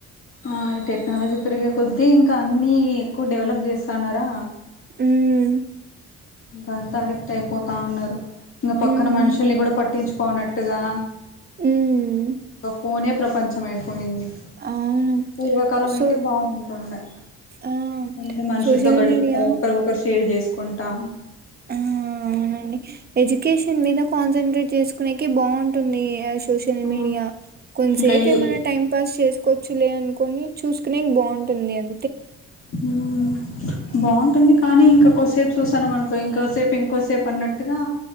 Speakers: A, on the left; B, on the right.
A: ఆ ఈ టెక్నాలజీ పెరిగే కొద్దీ ఇంకా అన్నీ ఎక్కువ డెవలప్ చేస్తన్నారా
B: ఉమ్మ్
A: ఇంకా అంతా అడెక్ట్ అయిపోతా ఉన్నారు. ఇంకా పక్కన
B: ఉమ్
A: మనుషుల్ని కూడా పట్టించుకోనట్టుగా
B: ఉమ్
A: ఇంకా ఫోనే ప్రపంచం అయిపోయింది.
B: అవును
A: పూర్వకాలం
B: సో
A: అయితే బాగుంటుండె
B: ఆ
A: అందురు మనుషులతో
B: సోషల్
A: గడుపుతా
B: మీడియా
A: ఒకరి ఒకరు షేర్ చేసుకు కుంటా
B: ఆ అవునండి ఎడ్యుకేషన్ మీద కాన్సన్ంట్రేట్ చేసుకునేకి బాగుంటుంది ఐష్ సోషల్
A: ఆ
B: మీడియా కొంతసేపు
A: ఇంకా యూ
B: ఏమైన్నా టైం పాస్ చేసు కొచ్చులే అనుకని చూసుకునేకి బాగుంటుంది అం
A: ఉమ్ బాగుంటుంది కానీ ఇంకా కొద్దిసేపు చూస్తాను మనకు ఇంకోసేపు ఇంకోసేపు అన్నట్టుగా